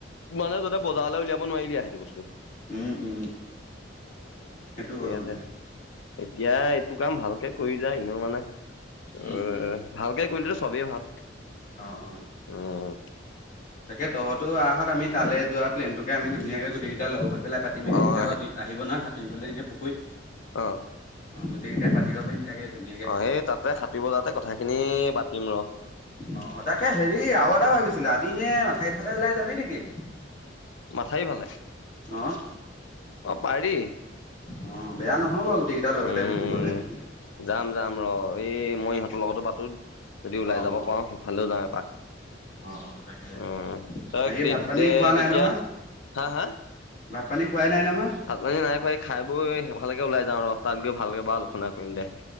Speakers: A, on the left (about 80°); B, on the left (about 45°).
A: মানে তহঁতে বজাৰলৈ উলিয়াব নোৱাৰিলি আৰু সেইটো বস্তু।
B: উম উম
A: উ
B: সেইটো
A: ঠিকেই
B: হ'ল
A: আছে।
B: মানে
A: এতিয়া এইটো কাম ভালকে কৰি যা। এনেও মানে অ
B: উম উম
A: ভালকে কৰিলেতো চবেই ভাল।
B: অ অ
A: উম,
B: তাকে তহঁতো আহ অহাত আমি তালে যো প্লেন টোকে আমি ধুনীয়াকে গোটেই কেইটাই লগ হৈ পেলাই পাতিম সুবিধা
A: অ', হে-
B: পাতি আহিব নহয় সাঁতুৰিবলৈ এনেই পুখুৰীত।
A: অ
B: গোটেই কেইতাই পাতিব পাৰিম তাকে। ধুনীয়াকে
A: অ সেই তাতে সাতুৰিব যাওঁতে কথাখিনি পাতিম ৰ।
B: অ তাকে হেৰি আৰু এটা ভাবিছিলোঁ আজি এনে মাথাইফালে ওলাই যাবি নেকি?
A: মথাওৰি ফালে।
B: অঁ
A: অ পাৰি,
B: অ বেয়া নহ'ব
A: উম
B: গোটেইকেইটাৰ লগতে গ'লে মেলিলে
A: যাম যাম ৰ এই মই ইহঁতৰ লগতো পাতোঁ। যদি ওলাই
B: অ
A: যাব
B: অ
A: পাৰোঁ সেই ফালো যাম এপাক
B: অ অ তাকে
A: উ তই
B: বাকী
A: কি
B: ভাত পানী
A: দে
B: খোৱা
A: তেতিয়া
B: নাই নহয়
A: হাঃ হাঃ
B: ভাত পানী খোৱাই নাই নহয়।
A: ভাত পানী নাই খোৱা, খাই বৈ সেই ফাললৈকে ওলাই যাওঁ ৰ তাত গৈ ভালকৈ বাৰু আলোচনা কৰিম দে।